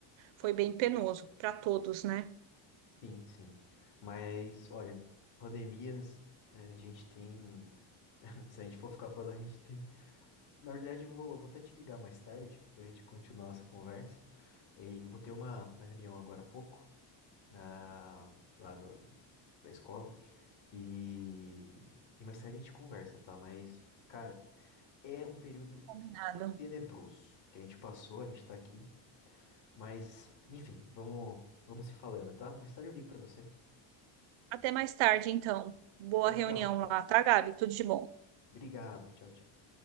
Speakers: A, on the right; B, on the left.
A: foi bem penoso para todos, né?
B: Sim, sim. Mas, olha, pandemias, né, a gente tem. <laughs> Se a gente for ficar falando, a gente tem. Na verdade, eu vou, vou até te ligar mais tarde pra gente continuar essa conversa. E eu vou ter uma, uma reunião agora há pouco, na, lá do- da escola. E, e mais tarde a gente conversa, tá? Mas, cara, É um período
A: Combinado.
B: tenebroso que a gente passou, a gente tá aqui, mas enfim, vamos, vamos se falando, tá? Mais tarde eu ligo pra você.
A: Até mais tarde, então. Boa
B: Tchau,
A: reunião
B: tchau.
A: lá, tá, Gabi? Tudo de bom.
B: Obrigado. Tchau, tchau.